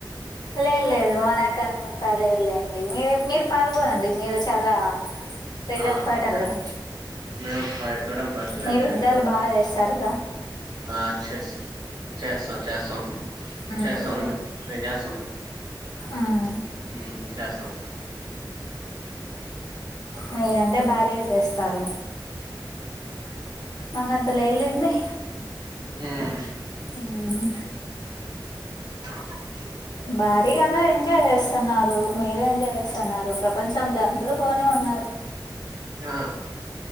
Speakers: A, on the left; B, on the right.
A: లేలేద్ మనకంతా లేదులేండి. మీర ఇప్ మీరు పాల్గొనండి మీరు చాలా ఫ్రీడఫ్
B: ఆ
A: ఫైటర్
B: మే-
A: గదా
B: మేము ఫై ఫ్రీడమ్ ఫైటర్లేలే
A: మీరు యుద్ధాలు బా ఏసరు.
B: ఆ చెస్ చేసవ్ చేసవ్
A: ఉమ్
B: చేసావండి మీమ్ మీ జేసావ్
A: ఉమ్
B: ఉహ్ చేసం
A: మీరంటే భారీగార్ ఏస్తారు. మాక్ అంత లేద్ లేండి
B: మ్మ్
A: ఉహ్
B: ఆహావ్
A: భారీగానే ఎంజాయ్ ఏసున్నారు. మీరు ఎంజాయ్ ఏసున్నారు. ప్రపంచంలో అన్ దూర్ పవనే ఉన్నారు
B: ఆ